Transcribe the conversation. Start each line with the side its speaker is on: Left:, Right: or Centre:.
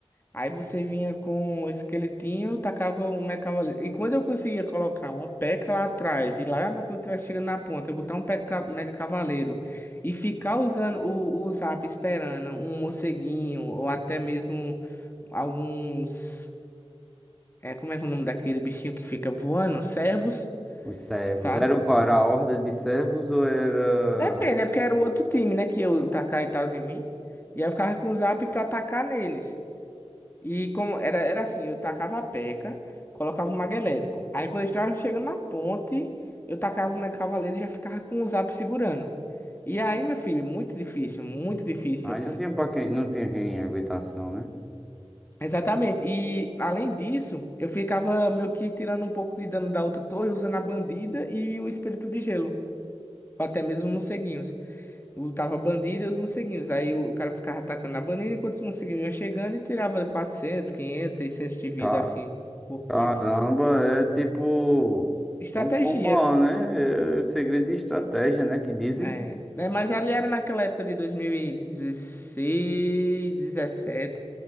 Left: Aí você vinha com um esqueletinho, eu tacava o meu cavaleiro. E quando eu conseguia colocar uma peca lá atrás, e lá na- quando tivesse chegando na ponta, eu botar um peca- mega cavaleiro e ficar usando o, o zap esperando um morceguinho, ou até mesmo alguns. É, como é que é o nome daquele bichinho que fica voando? Servos,
Centre: Os servos.
Left: sabe?
Centre: Era o qual? Era a horda de servos ou era.
Left: Depende, é porque era o outro time, né? Que eu tacar e tal em mim. E aí eu ficava com o zap pra atacar neles. E como era, era assim, eu tacava a peca, colocava o mago elétrico. Aí quando eles estavam chegando na ponte, eu tacava o mega cavaleiro e já ficava com o zap segurando. E aí, meu filho, muito difícil, muito difícil.
Centre: Aí não tinha pra quem. Não tinha quem aguentasse, não, né?
Left: Exatamente. E além disso, eu ficava meio que tirando um pouco de dano da outra torre, usando a bandida e o espírito de gelo. Ou até mesmo os morceguinhos. Lutava bandido e os morceguinhos. Aí o cara ficava atacando na bandeira enquanto os morceguinhos iam chegando e tirava 400, 500, 600 de vida,
Centre: Ca-
Left: assim, por
Centre: Caramba,
Left: coisa.
Centre: é tipo.
Left: Estratégia.
Centre: É um combo, né? É o segredo de estratégia, né? Que dizem.
Left: É, né? Mas ali era naquela época de 2016, dezessete,